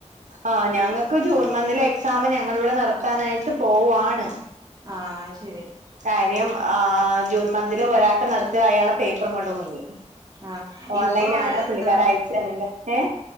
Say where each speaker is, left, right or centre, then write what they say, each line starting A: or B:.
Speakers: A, on the right (about 75°); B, on the right (about 30°).
A: ആഹ് ഞങ്ങൾക്ക് ജൂൺ മന്തിലെ എക്സാം ഞങ്ങളിവിടെ നടത്താനായിട്ട് പോവാണ്.
B: ആഹ് ശരി.
A: കാര്യം ആ ജൂൺ മന്തില് ഒരാൾക് നടത്തി അയാള പേപ്പറും കൊണ്ട് മുങ്ങി
B: ആഹ്
A: ഓൺലൈനണ്
B: ഇപ്പൊ എന്താ
A: പുള്ളിക്കാര അയച്ചു തന്നില്ല ഏ.